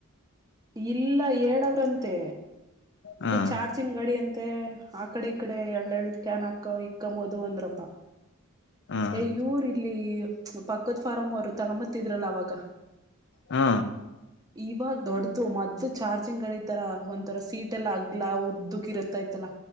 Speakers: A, on the right (about 15°); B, on the left (about 55°).
A: ಇಲ್ಲ ಏಳವ್ರಂತೆ ಇದೇ
B: ಹ್ಮ್
A: ಚಾರ್ಜಿಂಗ್ ಗಾಡಿ ಅಂತ್ ತ್ತೆ ಆಕಡೆ ಈಕಡೆ ಎರಡು ಎರಡ್ ಕ್ಯಾನ್ ಹಾಕ ಇಕ್ಕೊಂಬೋದು ಅಂದ್ರಪ್ಪಾ.
B: ಹ್ಮ್
A: ಏ ಯುವ್ರ್ ಇಲ್ಲಿ ಪಕ್ಕತ್ ಫಾರಂ ಅವರು ತಗಂಬತ್ತಿದ್ರಲ್ಲ ಅವಾಗ
B: ಹ್ಮ
A: ಇವಾಗ ದೊಡ್ದು ಮೊದ್ಲು ಚಾರ್ಜಿಂಗಳಿತರ ಒಂತರ ಸೀಟೆಲ್ಲ ಅಗ್ಲಾ ಉದ್ದಕ್ ಇರತ್ತೈತಲ್ಲ